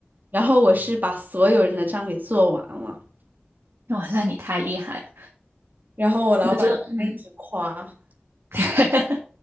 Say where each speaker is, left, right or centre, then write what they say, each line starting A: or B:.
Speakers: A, on the right; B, on the right.
A: 然后我是把所有人的账给做完了。
B: 哇，那你太厉害了，
A: 然后我老板他一直夸，
B: 我觉得，嗯。<laughs>